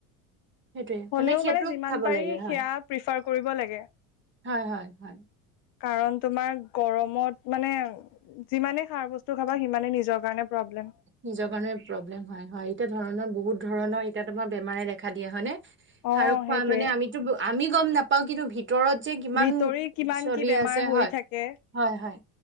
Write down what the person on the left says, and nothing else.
হ'লেও
মানে যিমান
পাৰি
সেয়া প্ৰিফাৰ কৰিব লাগে।
কাৰণ তোমাৰ গৰমত মানে যিমানে খাৰ বস্তু খাবা সিমানে নিজৰ কাৰণে প্ৰব্লেম
অ
সেইটোৱে
ভিতৰি কিমান
কি বেমাৰ
হৈ
থাকে